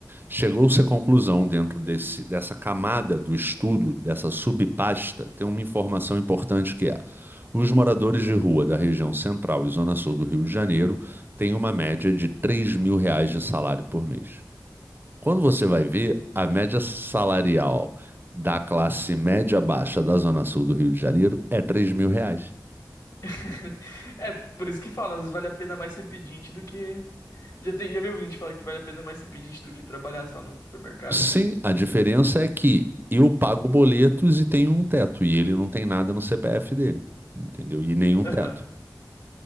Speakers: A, on the right (about 30°); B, on the left (about 60°).
A: Chegou-se à conclusão, dentro desse, dessa camada do estudo, dessa subpasta, tem uma informação importante que é: os moradores de rua da região central e zona sul do Rio de Janeiro tem uma média de três mil reais de salário por mês. Quando você vai ver, a média salarial da classe média baixa da Zona Sul do Rio de Janeiro é três mil reais.
B: <laughs> É, por isso que falam, às vezes vale a pena mais ser pedinte do que. Já tem, já viu gente falar que vale a pena mais ser pedinte do que trabalhar, sei lá, num supermercado,
A: Sim,
B: assim?
A: a diferença é que eu pago boletos e tenho um teto, e ele não tem nada no CPF dele, entendeu? E nenhum
B: Aham.
A: teto.